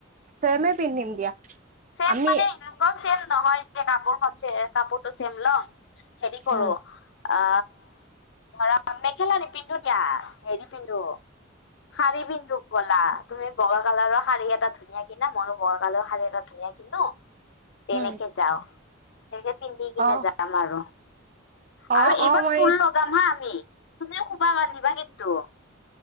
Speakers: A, on the right (about 40°); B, on the left (about 60°).
A: চেমে পিন্ধিম দিয়া।
B: চেম
A: আমি
B: মানে এনেকুৱা চেম নহয় যে কাপোৰ খ কাপোৰটো চেম লওঁ। হেৰি কৰো
A: উম,
B: অ, ধৰা মেখেলা নি পিন্ধো দিয়া। হেৰি পিন্ধো শাৰী পিন্ধো বলা। তুমি বগা কালৰ শাৰী এটা ধুনীয়াকে কিনা, মইয়ো বগা কালৰ শাৰী এটা ধুনীয়া কিন্তু, তেনেকে
A: উম,
B: যাও তেনেকে পিন্ধি কিনে
A: অ',
B: যাম আৰু। আৰু
A: অ',
B: এইবাৰ
A: অ', মই
B: ফুল লগাম হা আমি, তুমিও খোবা বান্ধিবা কিন্তু।